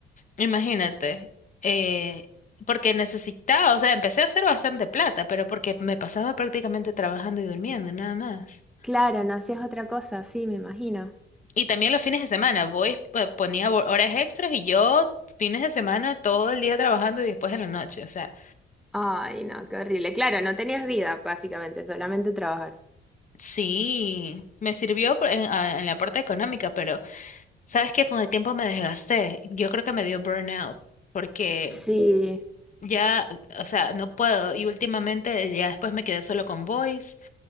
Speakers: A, on the left; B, in the centre.
A: Imagínate. eh, porque necesitaba, o sea, empecé a hacer bastante plata, pero porque me pasaba prácticamente trabajando y durmiendo, nada más.
B: Claro, no hacías otra cosa, sí, me imagino.
A: Y también los fines de semana, Voice pues, ponía ho- horas extras y yo fines de semana todo el día trabajando y después en la noche, o sea.
B: Ay, no, qué horrible. Claro, no tenías vida, básicamente, solamente trabajar.
A: Sí, me sirvió por- en, a- en la parte económica, pero sabes que con el tiempo me desgasté. Yo creo que me dio burnout porque
B: Sí.
A: ya, o sea, no puedo. Y últimamente ya después me quedé solo con Voice